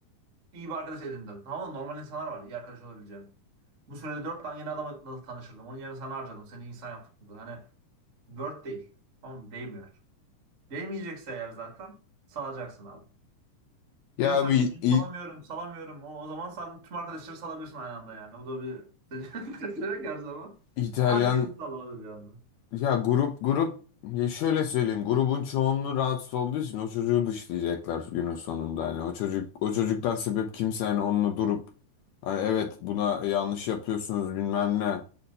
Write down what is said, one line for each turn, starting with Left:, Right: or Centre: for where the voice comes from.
Right: İyi bir arkadaş edindim. Tamam mı? Normal insanlar var. iyi arkadaş olabileceğim. Bu sürede 4 tane yeni adamla tanışırdım. Onun yerine sana harcadım. Seni insan yaptık burada. Hani dört değil. Tamam mı? Değmiyor. Değmeyecekse eğer zaten salacaksın abi.
Left: Ya
Right: Diyorsan
Left: bir
Right: ki ben
Left: İ-
Right: salamıyorum, salamıyorum. O, o zaman sen tüm arkadaşları salabilirsin aynı anda yani. Bu da bir <laughs> seçenek her zaman.
Left: İtalyan
Right: Herkesi sal abi bir anda.
Left: ya grup grup ya şöyle söyleyeyim grubun çoğunluğu rahatsız olduğu için o çocuğu dışlayacaklar günün sonunda hani o çocuk o çocuktan sebep kimse hani onunla durup hani evet buna yanlış yapıyorsunuz bilmem ne